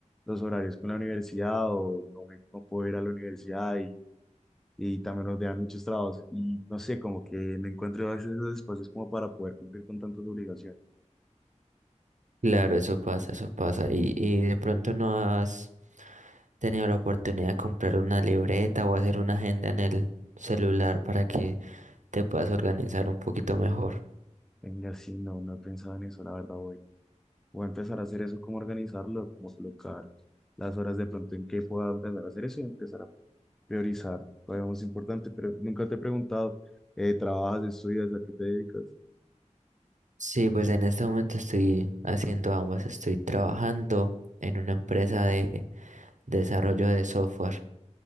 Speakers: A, in the centre; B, on the right.
A: los horarios con la universidad o no, me, no puedo ir a la universidad y y también nos dejan muchos trabajos y no sé, como que no encuentro a veces esos espacios como para poder cumplir con tantas obligaciones.
B: Claro, eso pasa, eso pasa. Y, y de pronto no has tenido la oportunidad de comprar una libreta o hacer una agenda en el celular para que te puedas organizar un poquito mejor.
A: Venga, sí, no, no he pensado en eso, la verdad voy. Voy a empezar a hacer eso, cómo organizarlo, cómo colocar las horas de pronto en que pueda empezar a hacer eso y empezar a priorizar, cuál es lo más importante, pero nunca te he preguntado, eh, ¿trabajas, estudias, a qué te dedicas?
B: Sí, pues en este momento estoy haciendo ambas, estoy trabajando en una empresa de desarrollo de software.